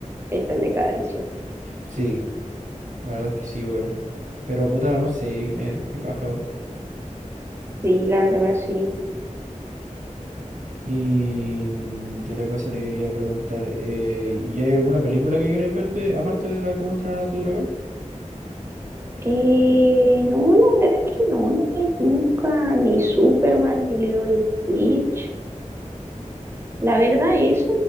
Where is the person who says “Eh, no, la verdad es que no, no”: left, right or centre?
Right